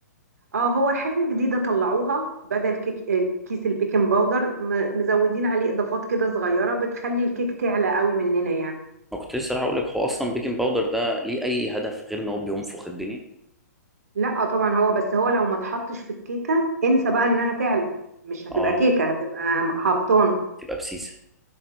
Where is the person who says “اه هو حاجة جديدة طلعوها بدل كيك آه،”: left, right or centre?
Right